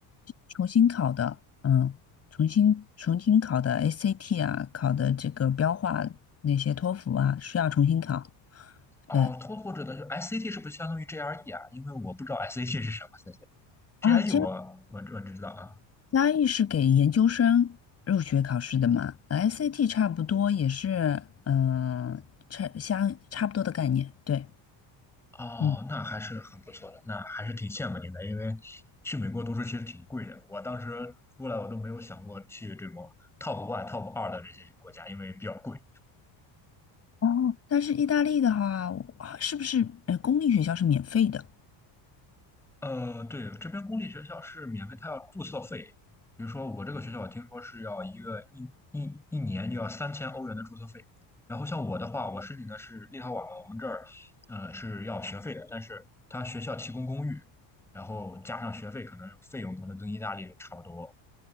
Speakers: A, on the left; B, in the centre.
A: 重新考的，嗯，重新重新考的 ACT 啊，考的这个标化那些托福啊，需要重新考。
B: 哦，
A: 对
B: 托福指的就 SAT 是不是相当于 GRE 啊？因为我不知道 SAT 是什么，GRE
A: 啊，加
B: 我我我只知道啊。
A: 加义是给研究生入学考试的嘛，ACT 差不多也是，嗯、差相差不多的概念。对，
B: 哦，
A: 嗯，
B: 那还是很不错的，那还是挺羡慕您的，因为去美国读书其实挺贵的。我当时出来，我都没有想过去这种 top one、top 二的这些国家，因为比较贵。
A: 哦，但是意大利的话，啊是不是呃公立学校是免费的？
B: 呃，对，这边公立学校是免费，它要注册费。比如说我这个学校，我听说是要一个一一一年就要三千欧元的注册费。然后像我的话，我申请的是立陶宛嘛，我们这儿呃是要学费的，但是他学校提供公寓，然后加上学费，可能费用可能跟意大利差不多。